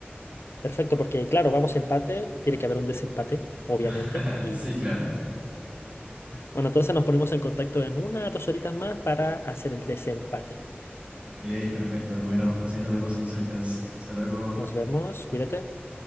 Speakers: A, on the left; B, on the right.
A: Perfecto, porque claro, vamos a empate, tiene que haber un desempate, obviamente.
B: <laughs>
A: Y
B: Sí, claro.
A: bueno, entonces nos ponemos en contacto en una o dos horitas más para hacer el desempate.
B: Ok, perfecto. Bueno, pues ahí nos vemos entonces ahorita. Hasta luego.
A: Nos vemos, cuídate.